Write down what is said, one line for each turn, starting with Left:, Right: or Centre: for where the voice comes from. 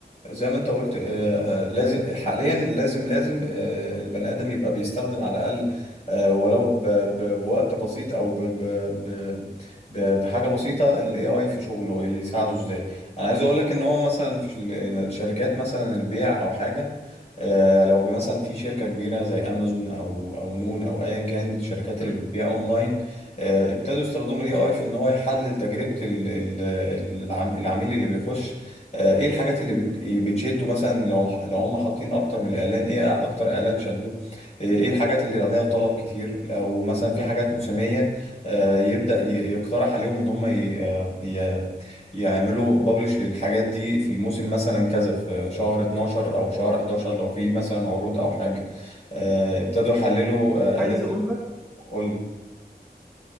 Left: زي ما انت قلت آه، آه، لازم حاليا لازم لازم آه، البني ادم يبقى بيستخدم على الاقل آه، ولو ب- ب- بوقت بسيط او ب- ب- ب- ب- بحاجه بسيطه الاي اي في شغله يساعده ازاي انا عايز اقول لك ان هو مثلا في ال- الشركات مثلا البيع او حاجه آه، لو مثلا في شركه كبيره زي امازون او او نون او ايا كان الشركات
Centre: مم.
Left: اللي بتبيع اونلاين آه، ابتدوا يستخدموا الاي اي في ان هو يحلل تجربة ال- ال- ال- العم- العميل اللي بيخش آه، ايه الحاجات اللي بت- بتشده مثلا لو لو هم حاطين اكتر من اعلان ايه اكتر اعلان شده آه، ايه الحاجات اللي عليها طلب كتير لو مثلا في حاجات موسمية آه، يبدأ ي- يقترح عليهم ان هم ي- آه، ي- يعملوا بابلش للحاجات دي في الموسم مثلا كذا في شهر 12 او شهر 11 لو في مثلا عروض او حاجة آه، ابتدوا يحللوا آه،
Centre: عايز
Left: اداء
Centre: اقول لك
Left: قول